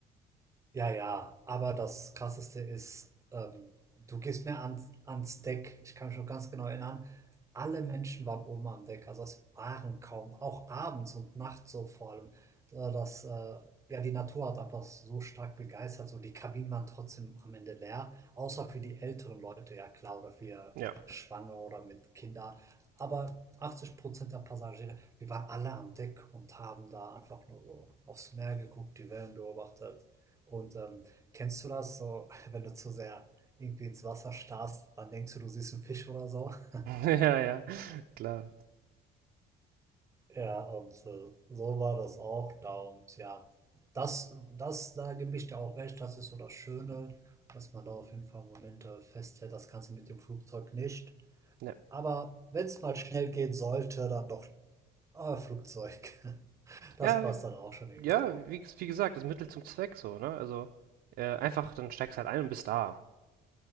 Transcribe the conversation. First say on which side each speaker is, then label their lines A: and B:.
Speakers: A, on the right (about 20°); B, on the right (about 70°).
A: ja, ja, aber das Krasseste ist, ähm, du gehst mir ans, ans Deck. Ich kann mich noch ganz genau erinnern. Alle Menschen waren oben am Deck, also es waren kaum, auch abends und nachts so vor allem. Äh, das, äh, ja, die Natur hat einfach so stark begeistert. So die Kabinen waren trotzdem am Ende leer, außer für die älteren Leute, ja klar, oder für
B: Ja. <laughs>
A: Schwangere oder mit Kindern. Aber 80 Prozent der Passagiere, wir waren alle am Deck und haben da einfach nur so aufs Meer geguckt, die Wellen beobachtet. Und ähm, kennst du das so, <laughs> wenn du zu sehr irgendwie ins Wasser starrst, dann denkst du, du siehst einen Fisch oder so? <laughs>
B: Ja, ja, klar.
A: Ja, und äh, so war das auch da. Und ja, das, das, da gebe ich dir auch recht, das ist so das Schöne, dass man da auf jeden Fall Momente festhält. Das kannst du mit dem Flugzeug nicht.
B: Ja,
A: Aber wenn es mal schnell gehen sollte, dann doch ah, Flugzeug. <laughs> Das
B: ja,
A: passt
B: w-
A: dann auch schon irgendwo.
B: ja wie, ges- wie gesagt, das Mittel zum Zweck so, ne? Also äh, einfach, dann steigst halt ein und bist da.